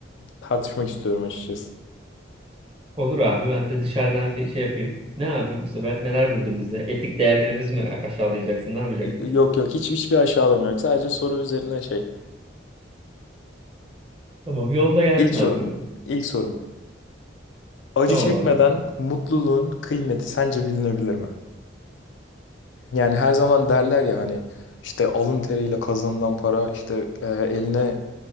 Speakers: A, on the left; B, on the right.
A: tartışmak istiyorum açıkçası.
B: Olur abi ben de dışarıdan bir şey yapayım. Ne abi bu sefer neler buldun bize? Etik değerlerimiz mi <laughs> a- aşağılayacaksın? Ne yapacaksın?
A: Y- Yok yok hiç hiçbir aşağılama yok. Sadece soru üzerine şey.
B: Tamam yolla gelsin
A: İlk sorum.
B: abi.
A: İlk sorum. Acı
B: Tamam
A: çekmeden
B: abi.
A: mutluluğun kıymeti sence bilinebilir mi? Yani her zaman derler ya hani işte alın teriyle kazanılan para işte e, eline